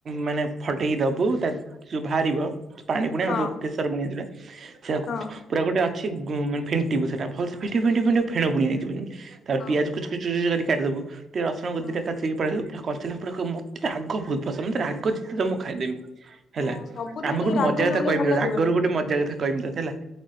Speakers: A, on the right; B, on the left.
A: ମାନେ ଫଟେଇ ଦବୁ ତା ଯୋଉ ବାହାରିବ। ପାଣି ପାଣିଆ
B: ହଁ
A: ଆଉ ଯୋଉ କେଶର ବୁଣିଆ ଯୋଉଟା ସେଆକୁ।
B: ହଁ।
A: ସେଇଟା ଗୋଟେ ଅଛି ମାନେ ଫେଣ୍ଟିବୁ ସେଇଟା ଭଲ ସେ ଫେଣ୍ଟିବୁ ଫେଣ୍ଟିବୁ ଫେଣ୍ଟିବୁ ଫେଣ ଫୁଣି ହେଇଯିବ ଯେମତି ତାପରେ
B: ହଁ
A: ପିଆଜକୁ ଛୋ କୁତୁ କୁଚୁ କରି କାଟି ଦବୁ ଟିକେ ରସୁଣକୁ
B: ହଁ।
A: ଦିଟା ତାକ୍ ସେଇ ଉପାୟ ରେ ପୁରା କରି ଥିଲା ପୁରା କ ମତେ ରାଗ ବହୁତ ପସନ୍ଦ ମତେ ରାଗ ଯେତେ ଦମୁ ବି ମୁଁ ଖାଇଦେମି। ହେଲା
B: ହଁ ସବୁଥିରେ
A: ଆମେ
B: ଟିକେ
A: ଗୋଟେ
B: ରାଗ
A: ମଜା କଥା
B: ନହେଲେ
A: କହିମି
B: ଭଲ
A: ତତେ
B: ଲାଗିବନି
A: ରାଗରୁ ଗୋଟେ ମଜା କଥା କହିମି ତତେ ହେଲା।